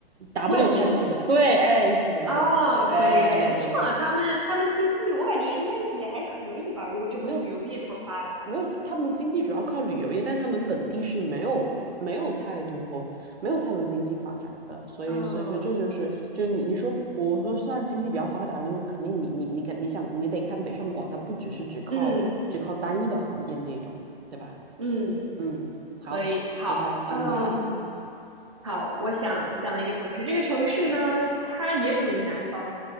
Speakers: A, on the right; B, on the right.
A: ，W
B: 万宁？
A: 开头的。对，哎，是的，
B: 哦，
A: 是的，是的，哎，
B: 可以可以，
A: 对对对
B: 是吗？他们他们经济，我感觉应该也还可以吧，如果这么旅游业这么发达，
A: 没有没有，他们的经济主要靠旅游业，但他们本地是没有没有太多没有太多经济发展的，所以所以所以这就是就你你说我我说算经济比较发达，
B: 嗯
A: 就是肯定你你你看你想你得看北上广，它不只是只靠只靠单一的行业那一种嘛，
B: 嗯
A: 对吧？
B: 嗯，
A: 嗯，好，
B: 可以，好，
A: 接下来到你了，
B: 嗯，好，我想想了一个城市，这个城市呢，它也属于南方，